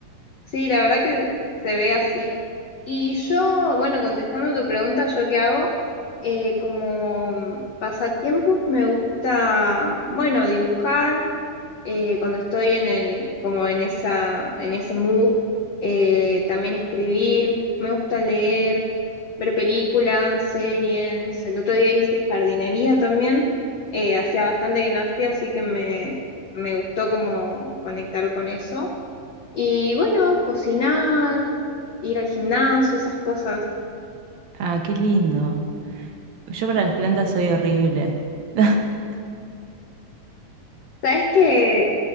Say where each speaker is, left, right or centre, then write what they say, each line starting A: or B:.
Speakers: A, on the left (about 80°); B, on the right (about 75°).
A: Sí, la verdad que se ve así. Y yo, bueno, contestando tu pregunta, ¿yo qué hago? Eh, como pasatiempos me gusta, bueno, dibujar, eh, cuando estoy en el, como en esa, en ese mood, eh, también escribir, me gusta leer, ver películas, series. El otro día hice jardinería también, eh, hacía bastante que no hacía, así que me, me gustó como conectar con eso. Y bueno, cocinar, ir al gimnasio, esas cosas.
B: Ah, qué lindo. Yo para las plantas soy horrible. <laughs>
A: Sabes que